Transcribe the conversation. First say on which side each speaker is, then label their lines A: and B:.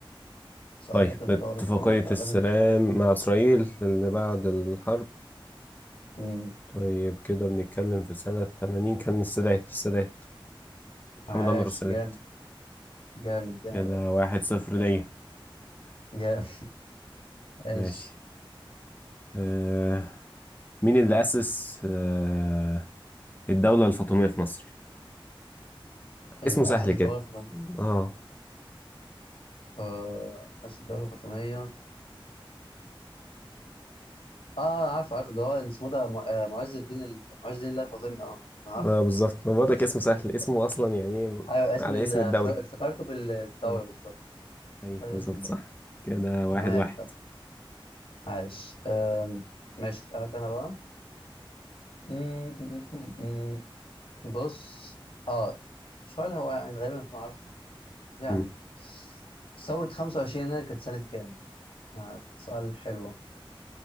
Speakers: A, on the left; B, on the left.
A: السؤال
B: طيب
A: ده كان
B: اتفاقية
A: قاعدة زمان فلازم
B: السلام
A: ت-
B: مع إسرائيل اللي بعد الحرب
A: مم.
B: طيب كده بنتكلم في سنة 80 كان السادات السادات
A: عاش
B: محمد أنور السادات
A: جامد جامد جامد
B: كده واحد صفر ليا
A: جامد <laughs> عاش
B: ماشي آه مين اللي أسس آه الدولة الفاطمية في مصر؟
A: اللي
B: اسمه سهل
A: أسس الدولة
B: كده
A: الفاطمية
B: اه
A: آه أسس الدولة الفاطمية آه عارف عارف اللي هو اللي اسمه ده مع- آه، معز الدين ال- معز الدين الله الفاطمي آه أنا عارف
B: آه، بالظبط ما بقول لك اسمه سهل اسمه أصلا يعني إيه،
A: أيوة اسم
B: على
A: ال-
B: اسم
A: اف-
B: الدولة
A: افتكرته بال- بالدولة
B: اه
A: بالظبط
B: أيوه
A: افتكرت
B: بالظبط
A: اسم الدولة
B: صح كده واحد
A: تمام
B: واحد
A: تمام عاش آم، ماشي أسألك أنا بقى مم، مم، مم، مم. بص آه سؤال هو يعني غالبا هتكون عارفه يعني
B: مم.
A: ثورة 25 يناير كانت سنة كام؟ يعني سؤال حلو